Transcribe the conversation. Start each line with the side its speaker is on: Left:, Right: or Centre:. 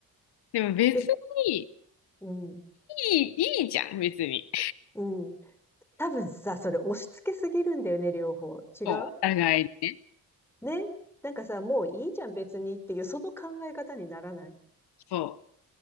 Left: でも別に
Centre: で、うん、
Left: いい、いいじゃん別に。
Centre: うん。多分さ、それ押し付けすぎるんだよね、両方。違う
Left: そうお互いにね。
Centre: ね。なんかさ、もういいじゃん、別にっていう、その考え方にならない。
Left: そ